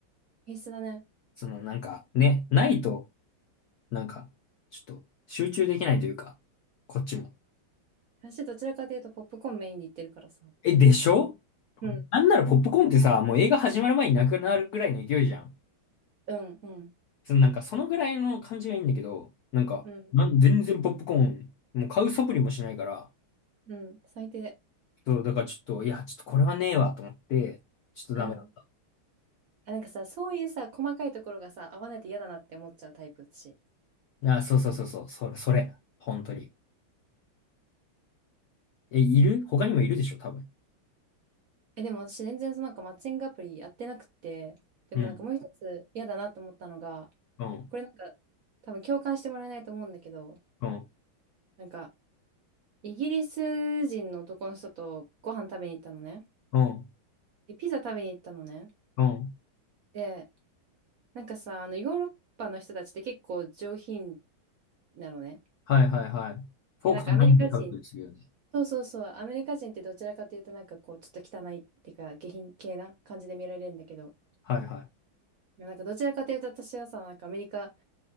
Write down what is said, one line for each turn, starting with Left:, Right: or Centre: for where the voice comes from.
Right: 必須だね。
Left: その、なんか、ね、ないと、なんか、ちょっと、集中できないというか、こっちも。
Right: 私どちらかというとポップコーンメインで言ってるからさ。
Left: え、でしょ
Right: うん、
Left: なんならポップコーンってさ、もう映画始まる前になくなるぐらいの勢いじゃん。
Right: うん、うん、
Left: その、なんか、そのぐらいの感じがいいんだけど、なんか、
Right: うん、
Left: なん全然ポップコーン、もう買う素振りもしないから、
Right: うん、最低。
Left: そう、だからちょっと、いや、ちょっとこれはねえわ、と思って、ちょっとダメだ。
Right: うん。あ、なんかさ、そういうさ、細かいところがさ、合わないと嫌だなって思っちゃうタイプだし。
Left: あ、そうそうそうそう、それ、それ、本当に。え、いる他にもいるでしょ、多分。
Right: え、でも私全然そのなんかマッチングアプリやってなくて、でもなんかもう一つ嫌だなと思ったのが、
Left: うん、うん、
Right: これなんか多分共感してもらえないと思うんだけど、
Left: うん、
Right: なんか、イギリス人の男の人とご飯食べに行ったのね。
Left: うん、
Right: で、ピザ食べに行ったのね。
Left: うん。
Right: で、なんかさ、あの、ヨーロッパの人たちって結構上品なのね。
Left: はいはいはい。フォークとナイフで食べたりするよね。
Right: で、なんかアメリカ人、そうそうそう、アメリカ人ってどちらかというとなんかこう、ちょっと汚いっていうか、下品系な感じで見られるんだけど、
Left: はいはい。
Right: なんかどちらかというと私はさ、なんかアメリカ